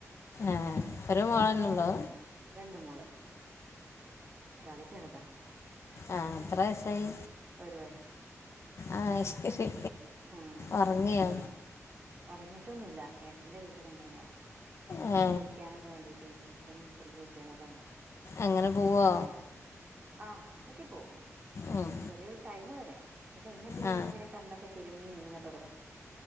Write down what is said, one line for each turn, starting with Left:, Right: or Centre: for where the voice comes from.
Left: ഏഹ് ഒര് മോള് തന്നെയുള്ളൂ
Right: രണ്ട് മോള് ഒരാള് ചെറുതാ
Left: ആഹ് എത്രാവയസായി
Right: ഒരു വയസ്സ്
Left: ആഹ് ശരി
Right: ഉം
Left: ഉറങ്ങിയോ
Right: അപ്പൊ അതുകൊണ്ട് ഉറങ്ങിട്ടൊന്നുമില്ല ഏട്ടന്റെ വീട്ടിൽ കൊണ്ടോയതാ എനിക്ക്
Left: ആ
Right: കുളിക്കാനൊക്കെ വേണ്ടീട്ടേ കുളിക്കാൻ നിസ്കരിക്കുവോ ചെയ്യണല്ലോ
Left: അങ്ങനെ പോവോ
Right: അപ്പൊ അതിന് ആഹ് അതൊക്കെ പോവും
Left: ഉം.
Right: പിന്നെ കുറെ ഒരു ടൈം വരെ അത് കഴിഞ്ഞ പിന്നെ
Left: ആ
Right: ഇങ്ങനെ കണ്ണൊക്കെ തിരുമ്മി ഇങ്ങനെ തൊടങ്ങും